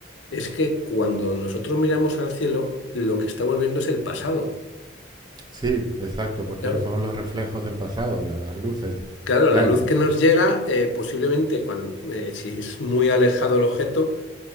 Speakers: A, on the left; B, on the right.
A: es que cuando nosotros miramos al cielo, lo que estamos viendo es el pasado.
B: sí, exacto, porque
A: Claro,
B: son los reflejos del pasado, la- las luces.
A: claro,
B: Claro,
A: la luz que nos llega, eh, posiblemente cuando, si es muy alejado el objeto,